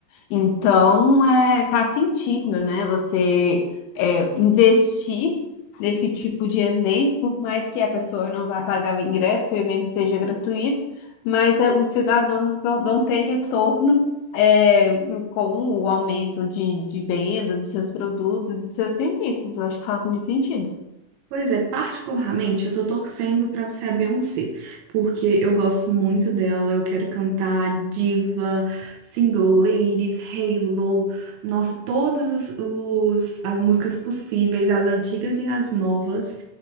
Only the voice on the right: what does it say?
Pois é, particularmente eu tô torcendo pra ser a Beyoncé, porque eu gosto muito dela, eu quero cantar Diva, Single Ladies, Halo, nossa, todas as, os- as músicas possíveis, as antigas e as novas.